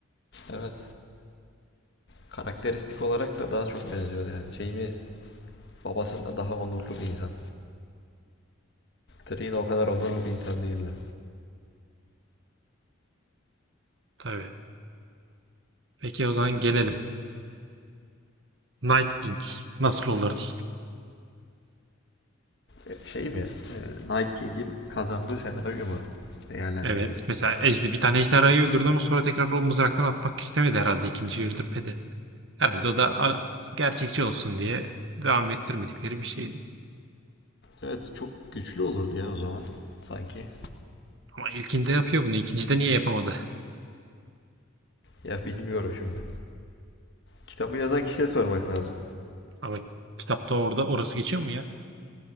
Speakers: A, on the left (about 50°); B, on the right (about 55°).
A: Evet. Karakteristik olarak da daha çok benziyordu yani. Jaime babasından daha onurlu bir insan. Tyrion o kadar onurlu bir insan değildi.
B: Tabii. Peki o zaman gelelim. Night King nasıl olurdu?
A: E, Şey mi? E, Night King'in kazandığı senaryo mu? Değerlendiriyoruz.
B: Evet. Mesela ejde, bir tane ejderhayı öldürdü ama sonra tekrar o mızraktan atmak istemedi herhalde. ikinciyi öldürmedi. Herhalde o da ara- gerçekçi olsun diye devam ettirmedikleri bir şeydi.
A: Evet çok güçlü olurdu ya o zaman. sanki.
B: Ama ilkinde yapıyor bunu. İkincide niye yapamadı?
A: Ya bilmiyorum şimdi. Kitabı yazan kişiye sormak lazım.
B: Ama kitapta orada orası geçiyor mu ya?